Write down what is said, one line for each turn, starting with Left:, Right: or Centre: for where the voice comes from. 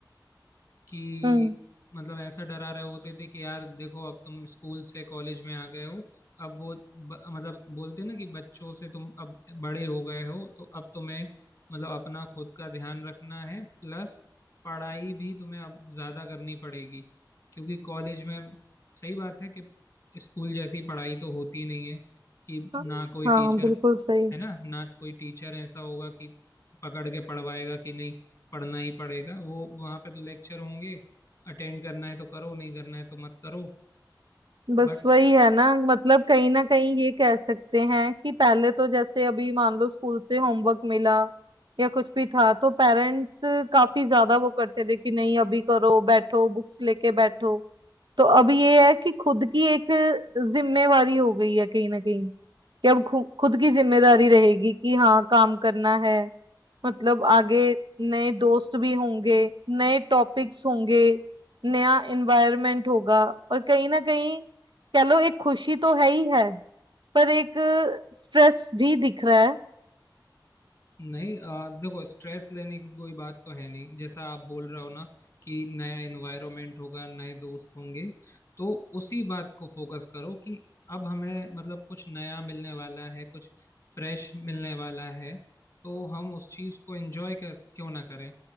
Left: कि
Right: हम्म
Left: मतलब ऐसा डरा रहे होते थे कि यार देखो अब तुम स्कूल से कॉलेज में आ गए हो अब वो ब, मतलब बोलते ना कि बच्चों से तुम अब बड़े हो गए हो तो अब तुम्हें मतलब अपना खुद का ध्यान रखना है प्लस पढ़ाई भी तुम्हें अब ज्यादा करनी पड़ेगी क्योंकि कॉलेज में सही बात है कि स्कूल जैसी पढ़ाई तो होती नहीं है कि
Right: हाँ
Left: ना कोई
Right: हाँ,
Left: टीचर
Right: बिल्कुल सही
Left: है ना ना कोई टीचर ऐसा होगा कि पकड़ के पढ़वाएगा कि नहीं पढ़ना ही पड़ेगा वो वहां पे तो लेक्चर होंगे अटेंड करना है तो करो नहीं करना है तो मत करो
Right: बस
Left: बट
Right: वही है ना मतलब कहीं ना कहीं ये कह सकते हैं कि पहले तो जैसे अभी मान लो स्कूल से होमवर्क मिला या कुछ भी था तो पेरेंट्स काफी ज्यादा वो करते थे कि नहीं अभी करो बैठो बुक्स लेके बैठो तो अब ये है कि खुद की एक जिम्मेवारी हो गई है कहीं ना कहीं कि अब खु, खुद की जिम्मेदारी रहेगी कि हाँ काम करना है मतलब आगे नए दोस्त भी होंगे नए टॉपिक्स होंगे नया एनवायरनमेंट होगा और कहीं ना कहीं कह लो एक खुशी तो है ही है पर एक स्ट्रेस भी दिख रहा है
Left: नहीं आ, देखो स्ट्रेस लेने की कोई बात तो है नहीं जैसा आप बोल रहे हो ना कि नया एनवायरनमेंट होगा नए दोस्त होंगे तो उसी बात को फोकस करो कि अब हमें मतलब कुछ नया मिलने वाला है कुछ फ्रेश मिलने वाला है तो हम उस चीज़ को एंजॉय कर क्यों ना करें